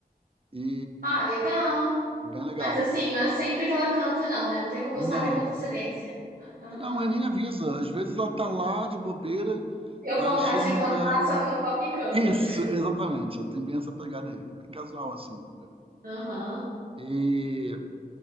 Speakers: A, on the right; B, on the right.
A: E
B: Ah, legal.
A: bem legal.
B: Mas assim, não é sempre que ela canta, não, né? Não tem como eu saber
A: Não,
B: com antecedência. Aham.
A: não, ele nem avisa. Às vezes ela tá lá de bobeira,
B: Deu
A: aí
B: vontade
A: chamam
B: de cantar,
A: ela.
B: sobe no palco e canta.
A: Isso, exatamente. Tem bem essa pegada aí. Bem casual, assim.
B: Aham.
A: E